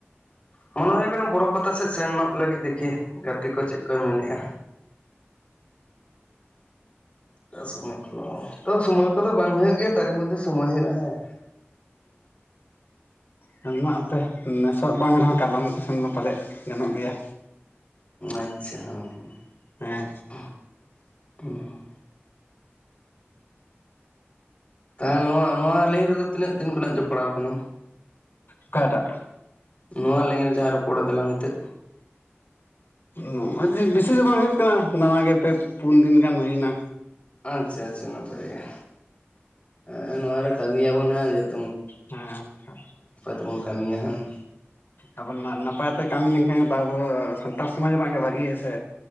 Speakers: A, on the left; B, on the left.
A: ᱢᱚᱱᱮ ᱦᱩᱭ ᱠᱟᱱᱟ ᱵᱚᱨᱚ ᱯᱟᱛᱟ ᱥᱮᱫ ᱥᱮᱱᱚᱜ ᱞᱟᱹᱜᱤᱫ ᱫᱮᱠᱷᱤ᱾ ᱜᱟᱛᱮ ᱠᱚ ᱪᱮᱫ ᱠᱚ ᱢᱮᱱᱮᱫ-ᱟ ᱚᱠᱟ ᱥᱚᱢᱚᱭ ᱠᱚ ᱚ ᱛᱚ ᱥᱚᱢᱚᱭ ᱠᱚᱫᱚ ᱵᱟᱝ ᱦᱩᱭᱩᱜ ᱜᱮᱭᱟ ᱛᱟᱨᱮ ᱢᱚᱫᱽᱫᱷᱮ ᱥᱚᱢᱚᱭ ᱦᱩᱭᱩᱜ-ᱟ ᱦᱮᱸ
B: ᱦᱮᱸ ᱱᱚᱣᱟ ᱯᱮ ᱱᱮᱥ ᱦᱟᱸᱜ ᱵᱟᱝ ᱨᱮᱦᱚᱸ ᱠᱟᱞᱚᱢ ᱠᱚ ᱥᱮᱱ ᱫᱚ ᱯᱟᱞᱮᱫ ᱜᱟᱱᱚᱜ ᱜᱮᱭᱟ᱾
A: ᱟᱪᱪᱷᱟ ᱦᱚᱸ
B: ᱦᱮᱸ
A: ᱦᱚᱸ ᱦᱚᱸ ᱛᱟᱦᱚᱞᱮ ᱱᱚᱣᱟ ᱱᱚᱣᱟ ᱞᱟᱭᱤᱱ ᱨᱮᱫᱚ ᱛᱤᱱᱟᱹᱜ ᱫᱤᱱ ᱠᱷᱚᱱᱟᱜ ᱡᱚᱯᱲᱟᱣ ᱟᱠᱟᱱᱟᱢ?
B: ᱚᱠᱟᱴᱟᱜ
A: ᱱᱚᱣᱟ ᱞᱟᱭᱤᱱ ᱡᱟᱦᱟᱸ ᱨᱚᱯᱚᱲ ᱫᱟᱞᱟᱝ ᱱᱤᱛᱳᱜ
B: ᱱᱚᱜ-ᱚᱭ ᱡᱮ ᱵᱮᱥᱤ ᱫᱚ ᱵᱟᱝ ᱦᱩᱭᱩᱜ ᱠᱟᱱᱟ ᱱᱟᱣᱟ ᱜᱮ ᱯᱮ ᱯᱩᱱ ᱫᱤᱱ ᱜᱟᱱ ᱦᱩᱭᱱᱟ᱾
A: ᱟᱪᱪᱷᱟ ᱟᱪᱪᱷᱟ ᱱᱟᱯᱟᱭ ᱜᱮ ᱦᱮᱸ ᱱᱚᱣᱟᱨᱮ ᱠᱟᱹᱢᱤᱭ ᱟᱵᱚᱱ ᱦᱮᱸ ᱡᱚᱛᱚ
B: ᱦᱮᱸ ᱟᱪᱪᱷᱟ
A: ᱛᱮᱵᱚᱱ ᱠᱟᱹᱢᱤᱭᱟ ᱦᱟᱸᱜ
B: ᱟᱵᱚ ᱱᱟᱯᱟᱭ ᱛᱮ ᱠᱟᱹᱢᱤ ᱞᱮᱱᱠᱷᱟᱱ ᱦᱮᱸ ᱟᱵᱚ ᱥᱟᱱᱛᱟᱲ ᱥᱚᱢᱟᱡᱽ ᱨᱮᱱᱟᱜ ᱜᱮ ᱵᱷᱟᱜᱤ ᱟ ᱥᱮ